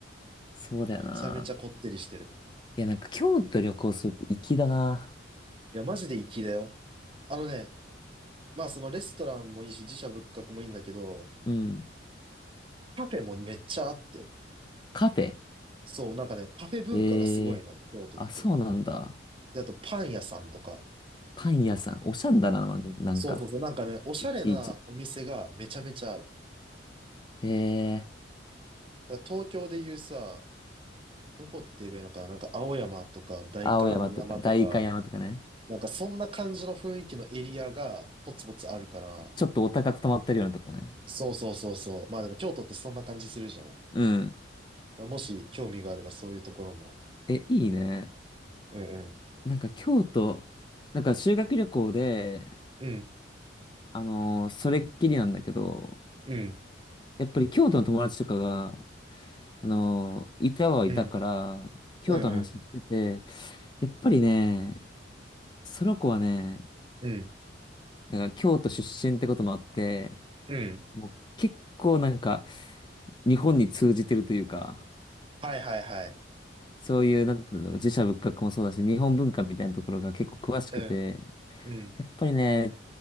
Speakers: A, on the left; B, on the right.
A: そうだよな。
B: めちゃめちゃこってりしてる。
A: いや、なんか京都旅行するって粋だな。
B: いや、マジで粋だよ。あのね、まあそのレストランもいいし、自社仏閣もいいんだけど、
A: うん。
B: カフェもめっちゃあって。
A: カフェ
B: そう、なんかね、カフェ文化がすごいの、
A: ええー。
B: 京都って。
A: あ、そうなんだ。
B: で、あとパン屋さんとか。
A: パン屋さん。おしゃんだな、なんか。
B: そうそうそう、なんかね、おしゃれなお店がめちゃめちゃある。
A: いちいち。へえ、
B: だから東京でいうさ、どこって言えばいいのかな、なんか青山とか代官山とか、
A: 青山とか、代官山とかね。
B: なんかそんな感じの雰囲気のエリアがポツポツあるから、
A: ちょっとお高く泊まってるようなとこね。
B: そうそうそうそう。まあでも京都ってそんな感じするじゃん。
A: うん。
B: もし興味があればそういうところも。
A: え、いいね。
B: うんうん。
A: なんか京都、なんか修学旅行で、
B: うん。
A: あのーそれっきりなんだけど、
B: うん。
A: やっぱり京都の友達とかが、あのーいたはいたから、
B: うん。
A: 京都の話してて、
B: うんうん。
A: やっぱりね、その子はね、
B: うん。
A: なんか京都出身ってこともあって、
B: うん。
A: もう結構なんか、日本に通じてるというか、
B: はいはいはい。
A: そういう、なんていうの、寺社仏閣もそうだし、日本文化みたいなところが結構詳しくて、
B: うん。うん。
A: やっぱりね、